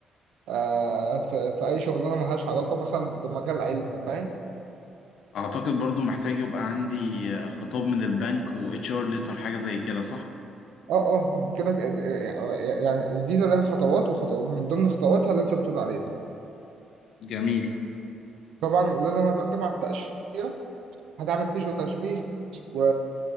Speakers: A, on the right (about 80°); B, on the left (about 70°).
A: آه في... في أي شغلانة ملهاش علاقة مثلا بمجال علم فاهم
B: اعتقد برضو محتاج يبقى عندي آه، خطاب من البنك و اتش ار ليتر حاجه زي كده صح
A: اه اه كده ك- آه، اه، يعني الفيزا لها خطوات وخطوات من ضمن خطواتها اللي انت بتقول عليه ده
B: جميل
A: طبعا لازم هتقدم على التأشيرة هتعمل فيزيو تشبيه و...